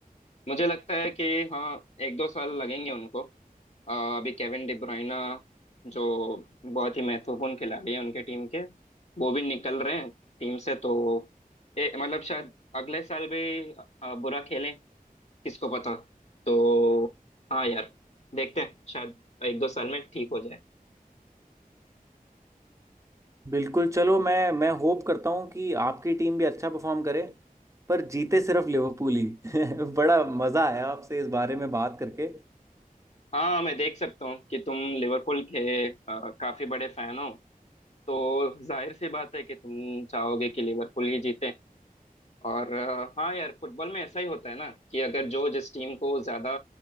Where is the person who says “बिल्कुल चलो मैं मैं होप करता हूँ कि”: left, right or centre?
Right